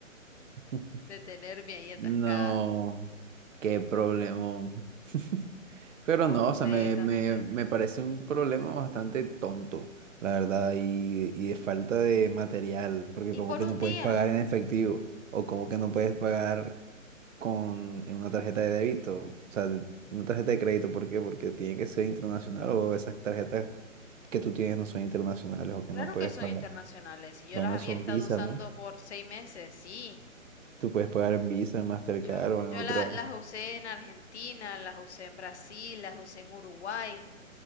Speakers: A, on the right; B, on the left.
A: <laughs>
B: de tenerme ahí atascada.
A: No, qué problemón. <laughs> Pero
B: Completamente.
A: no, o sea, me, me, me parece un problema bastante tonto, la verdad, y, y de falta de material, porque
B: Y
A: como
B: por
A: que
B: un
A: no puedes
B: día.
A: pagar en efectivo, o como que no puedes pagar con en una tarjeta de débito, o sea, de- una tarjeta de crédito, ¿por qué? Porque tiene que ser internacional o esas tarjetas que tú tienes no son internacionales o que
B: Claro
A: no puedes
B: que son
A: pagar.
B: internacionales. Y yo
A: Bueno,
B: las había
A: son
B: estado
A: Visa,
B: usando
A: ¿no?
B: por seis meses, sí.
A: Tú puedes pagar en Visa, en Mastercard
B: Yo,
A: o en
B: yo
A: otra.
B: la- las usé en Argentina, las usé en Brasil, las usé en Uruguay.